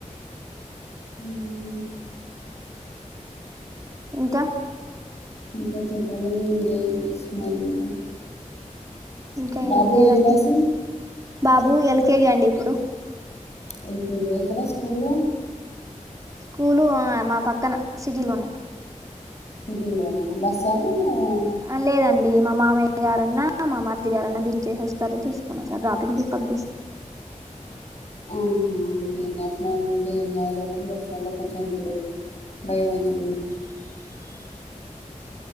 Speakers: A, on the left; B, on the right.
A: హ్మ్
B: ఇంకా
A: ఇంకా చెప్పాలడి మీరేం చేస్తున్నారు ఇంకా
B: ఇంకా
A: బాబు
B: ఏం లేదండి
A: ఏ క్లాసు
B: బాబు ఎల్కేజీ అండి ఇప్పుడు
A: ఏళకేజీ అ ఏక్కడ స్కూల్
B: స్కూలు ఆ మా పక్కన సిటీ లోనే
A: సిటీ లోలనేనా బస్సు హా
B: ఆ లేదండి మా మామయ్యగారన్నా మామర్దిగారన్నా దిచేసి వస్తారు తీసుకొని ఒస్తరు డ్రాపింగపికప్ చేసుకుంటార్
A: ఆ ఉమ్ ఇంకా ఏం చేస్తన్నారు ఏం చెతనారు ఎలవెన్ బస్టాండ్ లోకి ఒచ్చినం ఇప్పుడు భయం ఐతుంది